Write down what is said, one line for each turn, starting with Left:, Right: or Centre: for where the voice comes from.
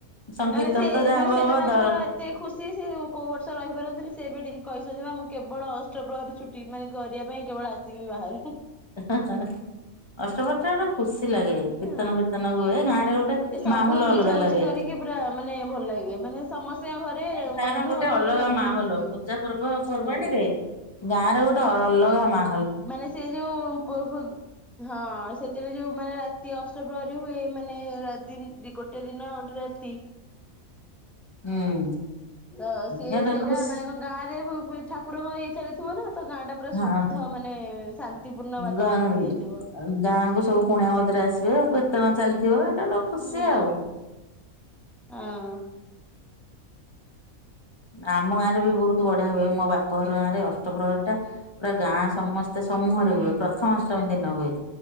Left: ସଂକୀର୍ତ୍ତନ
Centre: ମାନେ ସେ
Left: ତ ଯାହା
Centre: ମାନେ
Left: ହବ
Centre: ସେଇଟା
Left: ହବ
Centre: ତାଙ୍କର
Left: ଦଳ
Centre: ଏତେ ଖୁସି ସେ କୋଉ ବର୍ଷ ରହିପାରନ୍ତିନି ସେବେ ଟିକେ କହିଛନ୍ତି ବା ମୁଁ କେବଳ ଅଷ୍ଟପ୍ରହରୀ ଛୁଟି ମାନେ କରିବା ପାଇଁ କେବଳ ଆସିବି ବାହାରୁ।
Left: ଅଷ୍ଟବ ଗୋଟେ ଖୁସି ଲାଗେ କୀର୍ତ୍ତନ
Centre: ହଁ।
Left: ଫୀର୍ତ୍ତନ ହୁଏ ଗାଁ ରେ ଗୋଟେ
Centre: ସେ ସବୁ
Left: ମାହୋଲ
Centre: ବୁଝା
Left: ଅଲଗା
Centre: ବୁଝି
Left: ଲାଗେ।
Centre: କରିକି ପୁରା ମାନେ ଭଲ ଲାଗେ ମାନେ ସମସ୍ତଙ୍କ ଘରେ
Left: ନାଇ ତାର
Centre: ବନ୍ଧୁବାନ୍ଧବ
Left: ଗୋଟେ ଅଲଗା
Centre: ଭର୍ତ୍ତି
Left: ମାହୋଲ
Centre: ହେଇଥିବେ
Left: ପୂଜା ପର୍ବ ପର୍ବାଣୀରେ
Centre: ହୁଁ।
Left: ଗାଁ ରରେ ଗୋଟେ ଅଲଗା ମା
Centre: ମାନେ ସେ ଯୋଉ ହଁ ସେଥିରେ ଯୋଉ ମାନେ ରାତି ଅ ଫେବୃଆରୀ ହୁଏ ମାନେ ଦ ଗୋଟେ ଦିନଉ ଗୋଟେ ରାତି
Left: ହୁଁ।
Centre: ତ ସିଏ
Left: ଗୋଟେ
Centre: ସେଇଟା
Left: ଖୁସି
Centre: ମାନେ ଗାଁରେ ଠାକୁରଙ୍କ ଇଏ ଚାଲିଥିବ ନା ତ ଗାଁ ଟା ପୁରା
Left: ହଁ
Centre: ଶୁଦ୍ଧ ମାନେ ଶାନ୍ତିପୂର୍ଣ୍ଣ ବାତାବରଣ
Left: ଗାଁ
Centre: ହେଇଯାଇଥିବ।
Left: ଗାଁକୁ ସବୁ କୁଣିଆ ମୈତ୍ର ଆସିବେ କେତେ ଟଙ୍କା ଚାଲିଥିବ ଏଇଟା ଗୋଟେ ଖୁସି
Centre: ହୁଁ
Left: ଆଉ।
Centre: ହଁ।
Left: ଆମ ଗାଁ ରେ ବି ବହୁତ ବଢିଆ ହୁଏ ମୋ ବାପ ଘର ଗାଁ ରେ ଅଷ୍ଟପ୍ରହର ଟା ପୁରା ଗାଁ ସମସ୍ତେ ସମୂହରେ ହୁଏ ପ୍ରଥମାଷ୍ଟମୀ ଦିନ ହୁଏ।